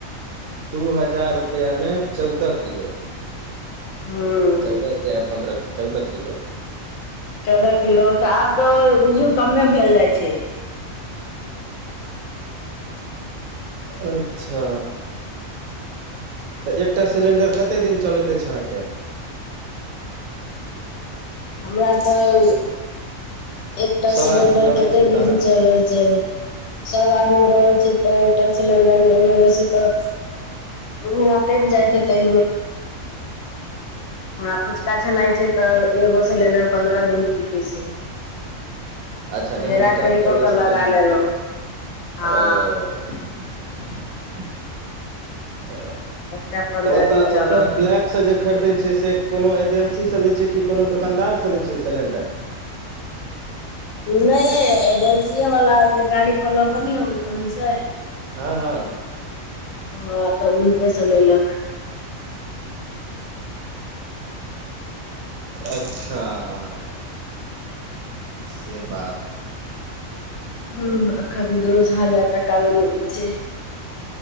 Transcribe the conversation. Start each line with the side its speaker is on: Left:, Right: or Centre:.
Right: दू हजार रुपैयामे चौदह किलो
Left: हँ
Right: पह पद्रंह चौदह किलो
Left: चौदह किलो त आब तऽ बुझियौ कमे भेल जाय छै
Right: अच्छा तऽ एकटा सिलेंडर कते दिन चलैत अछि अहाँके
Left: हमरा तऽ एकटा
Right: सभ
Left: सिलेंडर
Right: आदमी रहै
Left: कते
Right: छै तहन
Left: दिन चलै छै सब आदमी रहै छै तऽ एकटा सिलेंडर नैओ बेसी तऽ तू <unintelligible> मरा टपि जाइत हे तै हमरा फुचका छनाइ छै तऽ एगो सिलेंडर पन्द्रह दिन टिके छै
Right: अच्छा
Left: तऽ
Right: जहन
Left: हेरा
Right: दुकान
Left: फेरी
Right: चलै
Left: कऽ क
Right: छै
Left: लगा
Right: तहन
Left: लेलहुँ हँ
Right: ओ अच्छा
Left: एकटा पन्द्रह
Right: तऽ ओतऽ
Left: दिन चलल
Right: ओतऽ ब्लैक से जे खरीदे छै से कोनो एजेंसी से लै छै कि कोनो दोकनदार स लै छै सिलेंडर
Left: नहि एजेंसीए वाला जे गाड़ी पर लऽ कऽ नहि अबैत रहैत छै
Right: हँ हँ
Left: हँ तऽ ऊनकेसँ लेलक
Right: अच्छा से बात
Left: हूं एखन दोस हजार टका मे मिलैत छै